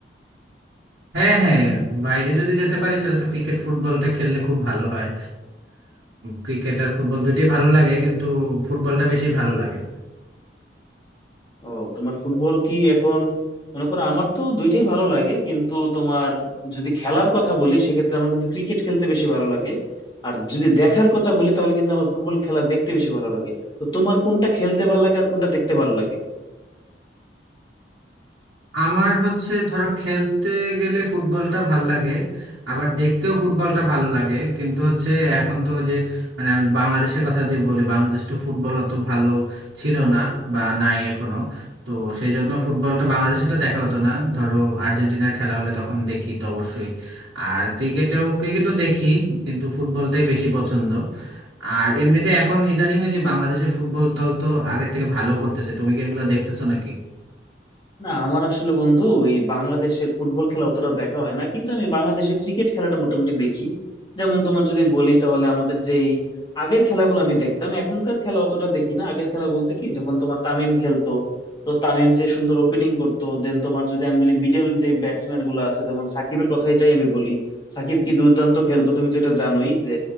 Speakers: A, on the right; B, on the left.
A: হ্যাঁ হ্যাঁ বাইরে যদি যেতে পারি তাহলে তো ক্রিকেট ফুটবলটা খেললে খুব ভালো হয় ক্রিকেট আর ফুটবল দুইটাই ভালো লাগে কিন্তু ফুটবলটা বেশি ভালো লাগে
B: ও তোমার ফুটবল কি এখন মনে করো আমার তো দুইটাই ভালো লাগে কিন্তু তোমার যদি খেলার কথা বলি সেক্ষেত্রে আমার কিন্তু ক্রিকেট খেলতে বেশি ভালো লাগে আর যদি দেখার কথা বলি তাহলে কিন্তু আমার ফুটবল খেলা দেখতে বেশি ভালো লাগে তো তোমার কোনটা খেলতে ভালো লাগে আর কোনটা দেখতে ভালো লাগে
A: আমার হচ্ছে ধরো খেলতে গেলে ফুটবলটা ভাল লাগে আবার দেখতেও ফুটবলটা ভালো লাগে কিন্তু হচ্ছে এখন তো যে মানে আমি বাংলাদেশের কথা যদি বলি বাংলাদেশ তো ফুটবল অত ভালো ছিল না বা নাই এখনো তো সেই জন্য ফুটবলটা বাংলাদেশে তো দেখা হতো না ধরো আর্জেন্টিনার খেলা হলে তখন দেখি তো অবশ্যই আর ক্রিকেটেও ক্রিকেটও দেখি কিন্তু ফুটবলটাই বেশি পছন্দ আর এমনিতে এখন ইদানিং ওই যে বাংলাদেশের ফুটবল দল তো আগের থেকে ভালো করতেছে তুমি কি এগুলো দেখতেছো নাকি
B: না আমার আসলে বন্ধু এই বাংলাদেশের ফুটবল খেলা অতটা দেখা হয় না কিন্তু আমি বাংলাদেশের ক্রিকেট খেলাটা মোটামুটি দেখি যেমন তোমার যদি বলি তাহলে আমাদের যেই আগের খেলাগুলো আমি দেখতাম এখনকার খেলা অতটা দেখি না আগের খেলা বলতে কি যখন তোমার তামিম খেলতো তো তামিম যে সুন্দর ওপেনিং করতো দেন তোমার যদি আমি বলি মিডল যে ব্যাটসম্যান গুলো আছে যেমন সাকিবের কথাটাই আমি বলি সাকিব কি দুর্দান্ত খেলতো তুমি তো এটা জানোই যে